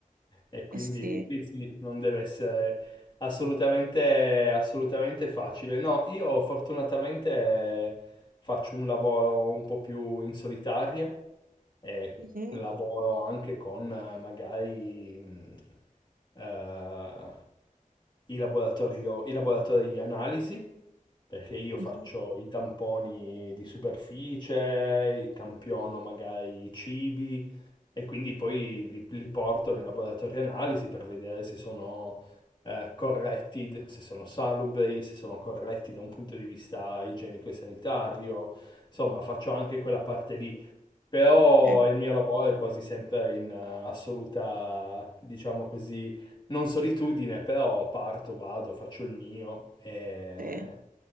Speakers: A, on the left; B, on the right.
A: e quindi
B: eh sì.
A: sì, sì, non deve essere assolutamente, assolutamente facile. No, io fortunatamente faccio un lavoro un po' più in solitaria e
B: Mhm,
A: lavoro anche con eh, magari mh, eh, i laboratorio- i laboratori di analisi, perché io
B: mhm,
A: faccio i tamponi di superficie, campiono magari i cibi, e quindi poi li, li porto nel laboratorio analisi per vedere se sono eh, corretti, se sono salubri, se sono corretti da un punto di vista igienico e sanitario. Insomma, faccio anche quella parte lì, però
B: sì,
A: il mio lavoro è quasi sempre in eh, assoluta, diciamo così, non solitudine, però parto, vado, faccio il mio e,
B: sì.